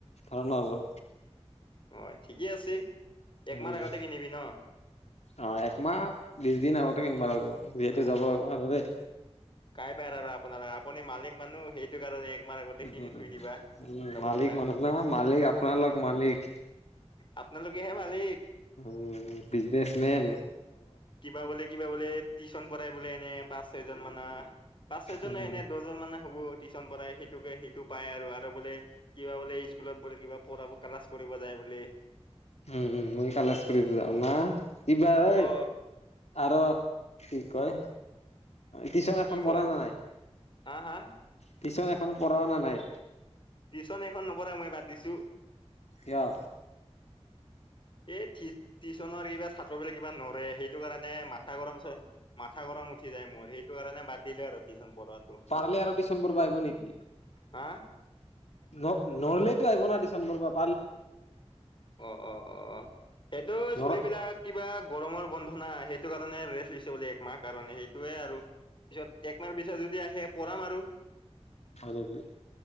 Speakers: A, on the left (about 75°); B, on the left (about 50°).
A: ধৰণৰ আৰু
B: হয় ঠিকেই আছে একমাহ
A: উম
B: আগতে কিনিবি ন
A: অ একমাহ বিছ দিন আগতে কেনবা লাগিব ইয়া
B: বা
A: যাব লাগিব ন দ দেই
B: কাই পাৰ আৰু আপোনালোক আপুনি মালিক মানুহ সেইটো কাৰণে একমাহ আগতে
A: উ
B: কিনি থৈ দিবা
A: উম
B: কাপোৰ
A: মালিক
B: বিলাক
A: মানুহ না মালিক আপোনালগ মালিক
B: আপোনালোকেহে মালিক
A: উ বিজনেচ মেইন
B: কিবা বোলে কিবা বোলে টিউশ্যন পঢ়াই বোলে এনে পাঁচ ছয় জন মানৰ পাঁচ ছয়জন
A: উম।
B: সেনে দহজন মানে টিউচন পএসেইোকে সেইটো প আৰু বোলে কিবা বোলে স্কুলত বোলে কিবা প ক্লা যায় বুলি
A: উম মই কাল্লাচ কৰিব যাও না কিবা ঐ
B: অ
A: আৰু কি কয় টিউচনএখন
B: কি কয়
A: কৰা নে নাই
B: হা হা
A: টিউশ্যন এখন পঢ় অ না নাই
B: টিউচন এখন নপঢ়াই মই বাদ দিছো
A: কঅ
B: এইি টিউচনৰ কিবা ছাত্ৰবিলাক কিবা নৰে সেইটো কাৰণে মাথা গৰম মাথা গৰম উঠি যায় মোৰ সেইটো কাৰণে বাদ দিলে আৰু টিউচন পৰাত
A: পাৰলে আৰু টিউচন পঢ়িব আহিব নেকি?
B: হা
A: ন-নলেতো আহিব না। টিউচন পঢ়িব <unintelligible>
B: অ', অ', অ', হেইটো
A: নৰ
B: চুলিবলাক কিবা গৰমৰ বন্ধ না সেইটো কাৰণে ৰেষ্ট লৈছে বোলে একমাহৰ কাৰণে সেইটোয়ে আৰু পিছত একমাহৰ পিছ যদি আহে পঢ়াম আৰু।
A: হয় নেকি?